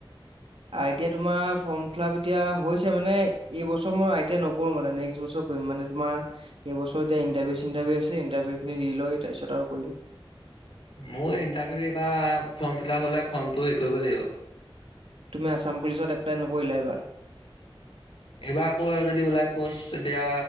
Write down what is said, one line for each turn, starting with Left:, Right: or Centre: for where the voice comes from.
Right: আই টি আই তোমাৰ ফ'ৰ্ম ফিল আপ এতিয়া হৈছে মানে এইবছৰ মই আই টি আই নকৰোঁ মানে নেক্সট বছৰ কৰিম মানে তোমাৰ এইবছৰ এতিয়া ইণ্টাৰভিউ চিন্তাৰভিউ আছে ইণ্টাৰভিউখিনি দি লৈ তাৰপিছত আৰু কৰিম।
Left: মোৰ ইণ্টাৰভিউ এইবাৰ ফৰ্ম ফিলাপ হ'লে ফৰ্মটো হেৰী কৰিব লাগিব।
Right: তুমি আছাম পুলিচত এপ্লাই নকৰিলা এবাৰ?
Left: এইবাৰ আকৌ যদি ওলাই প'ষ্ট তেতিয়া